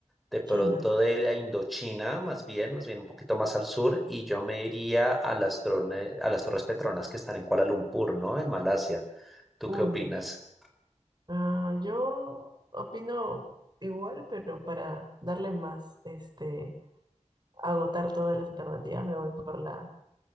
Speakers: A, in the centre; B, on the right.
A: de pronto
B: China.
A: de la Indochina, más bien, más bien un poquito más al sur, y yo me iría a las, trone- a las Torres Petronas que están en Kuala Lumpur, ¿no? En Malasia. ¿Tú
B: Uy.
A: qué opinas?
B: Ah, yo opino igual, pero para darle más, este, agotar todas las alternativas, me voy por la,